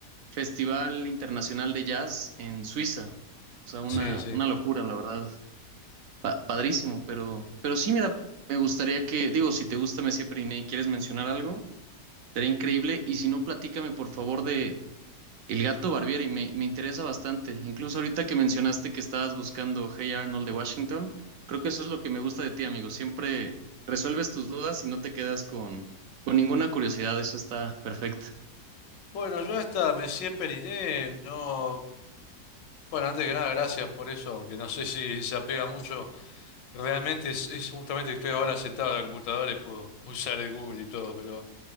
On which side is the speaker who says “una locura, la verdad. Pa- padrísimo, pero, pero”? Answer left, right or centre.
Right